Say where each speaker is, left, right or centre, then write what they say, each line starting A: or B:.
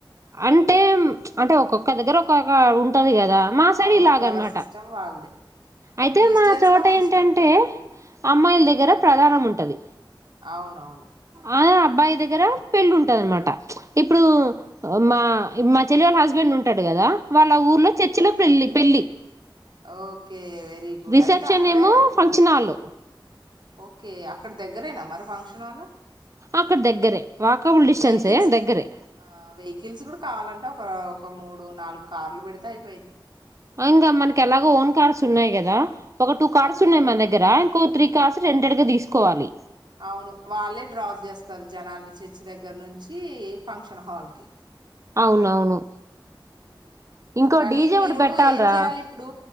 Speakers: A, on the right; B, on the right.
A: అంటే ప్చ్ అంటే ఒక్కొక్క దగ్గర ఒక్కొక్క ఉంటది కదా గ మా సైడ్
B: అవును
A: ఇలాగ
B: ఎవరి
A: అనమాట
B: సిస్టమ్ వాళ్ళదే
A: అయితే
B: క్రిస్టియన్స్
A: మా చోట
B: లో ఒక సిస్టమ్
A: ఏంటంటే అమ్మాయిల దగ్గర ప్రధానం ఉం టది
B: అవునవును
A: అ అబ్బాయి దగ్గర పెళ్ళి ఉంటంది అనమాట ప్చ్ ఇప్పుడు మా ఇగ మా చెల్లి వాళ్ళ హస్బెండ్ ఉంటాడు కదా వాళ్ళ ఊర్లో చర్చిలో పెళ్ళి పెళ్ళి
B: ఓకే వెరీ గుడ్
A: రిసెప్షన్
B: అయితే అక్కడే
A: ఏమో ఫంక్షనాల్ టవో
B: ఓకే అక్కడ దగ్గరేనా మరి ఫంక్షనాలు
A: అక్కడ దగ్గరే వాకబుల్ డిస్టెన్సే
B: వెహికిల్స్
A: దగ్గరే
B: ఆ వెహికిల్స్ కూడా కావాలంటే ఒక ఒక మూడు నాలుగు కార్లు పెడితే అయిపోయిది
A: అ ఇంకా మనకి ఎలాగో ఓన్ కార్స్ ఉన్నాయి కదా ఒక టూ కార్స్
B: అవును
A: ఉన్నయ్ మన దగ్గర కూ త్రీ కార్స్ రెండెడుగా తీసుకోవాలి
B: అవును వాళ్ళే డ్రాప్ చేస్తారు జనాల్ని చర్చి దగ్గర నుంచి ఫంక్షన్ హాల్ కి
A: అవునవును
B: ఊ
A: ఇంకో
B: కానీ
A: డీజే
B: మీరు
A: ఒకటి పెట్టాలరా
B: ఏం చెయాలి ఇప్పుడు